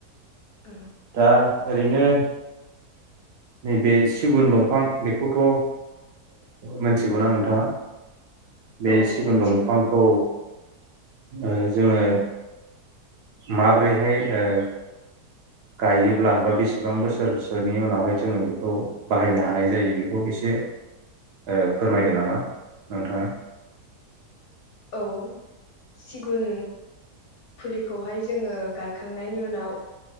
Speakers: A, on the left; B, on the right.
A: औ
B: दा ओरैनो नैबे सिगुन दंफां बेखौथ ओ मोनथिगौना नोंथाङा? बे
A: औ
B: सिगुन
A: मोनथिगौ
B: दंफांखौ। ओ जोङो माबोरैहाय ओ गायोब्ला बा बेसेबां बोसोरसोनि उनावहाय जोङो बेखौ बाहायनो हानाय जायो बेखौ एसे ओ फोरमायदो नामा नोंथाङा?
A: औ सिगुन फुलिखौहाय जोङो गायखांनायनि उनाव